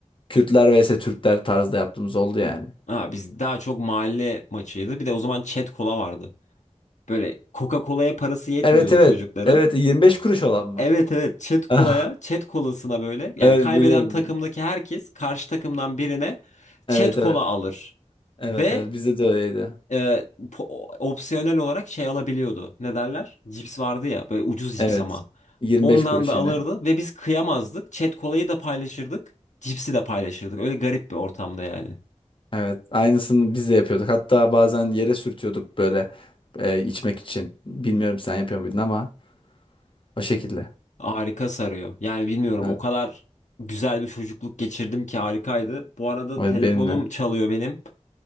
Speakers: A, on the left; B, on the left.
A: Kürtler vs Türkler tarzda yaptığımız oldu yani.
B: Ha, biz daha çok mahalle maçıydı. Bir de o zaman Chat Cola vardı. Böyle Coca-Cola'ya parası yetmiyordu
A: Evet evet.
B: çocukların.
A: Evet 25 kuruş olan mı?
B: Evet evet Chat
A: <laughs>
B: Cola'ya, Chat Cola'sına böyle yani
A: Evet
B: kaybeden
A: biliyorum.
B: takımdaki herkes karşı takımdan birine Chat
A: Evet evet.
B: Cola alır.
A: Evet
B: Ve
A: evet bizde de öyleydi.
B: e, po- opsiyonel olarak şey alabiliyordu. Ne derler? Cips vardı ya böyle ucuz
A: Evet.
B: cips ama.
A: 25
B: Ondan
A: kuruş
B: da alırdı
A: yine.
B: ve biz kıyamazdık. Chat kolayı da paylaşırdık. Cipsi de paylaşırdık. Öyle garip bir ortamda yani.
A: Evet. Aynısını biz de yapıyorduk. Hatta bazen yere sürtüyorduk böyle e, içmek için. Bilmiyorum sen yapıyor muydun ama o şekilde.
B: Harika sarıyor. Yani bilmiyorum
A: Evet.
B: o kadar güzel bir çocukluk geçirdim ki harikaydı. Bu arada
A: Evet
B: telefonum
A: benim de.
B: çalıyor benim.